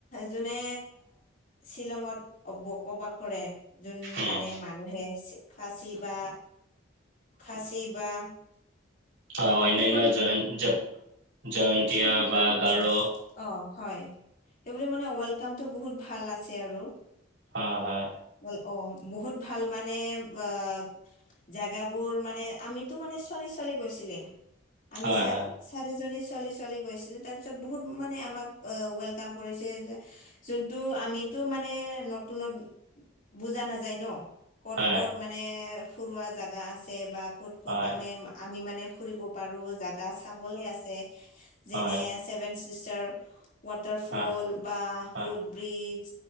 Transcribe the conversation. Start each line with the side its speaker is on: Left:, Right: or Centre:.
Left: যোনে শ্বিলঙত বসবাস কৰে। যোন
Right: উম
Left: মানে মানুহে, খাচী বা খাচী বা
Right: হয় অন্যান্য
Left: ৰেং খ ন
Right: জয়ন জ- জয়ন্তীয়া
Left: ৰেং খেল
Right: বা
Left: ন
Right: গাৰো
Left: <unintelligible> অ', হয়, সেইবুলি মানে ৱেলকামটো বহুত ভাল আছে আৰু।
Right: হয়, হয়।
Left: ল অ', বহুত ভাল মানে, অ' জোগাবোৰ মানে, আমিটো মানে ছোৱালী, ছোৱালী গৈছিলে, আমি
Right: হয়
Left: চ
Right: হয়
Left: চাৰিজনী ছোৱালী, ছোৱালী গৈছিলে তাৰ পিছত বহুত মানে আমাক আহ, ৱেলকাম কৰিছে যে যোনটো আমিতো মানে, নতুনত বুজা নাযায় ন'। ক'ত
Right: হয়,
Left: ক'ত মানে ফুৰোৱা জেগা আছে, বা ক'ত ক'ত
Right: হয়,
Left: আমি আমি মানে ফুৰিব পাৰো, জাগী চাবলে আছে, যেনে
Right: হয়,
Left: চিষ্টাৰ ৱাটাৰ ফল,
Right: হয়,
Left: বা
Right: হয়,
Left: ৰোড ব্ৰিজ,